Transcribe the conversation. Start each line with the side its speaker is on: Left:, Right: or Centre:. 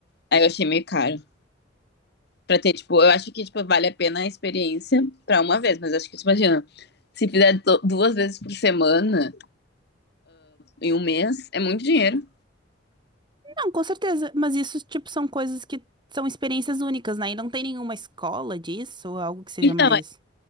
Left: Aí eu achei meio caro. Pra ter, tipo, eu acho que, tipo, vale a pena a experiência pra uma vez, mas acho que, tipo, imagina, se fizer do- duas vezes por semana em um mês, é muito dinheiro.
Right: Não, com certeza, mas isso, tipo, são coisas que são experiências únicas, né? E não tem nenhuma escola disso, ou algo que seja
Left: Então,
Right: mais...
Left: é-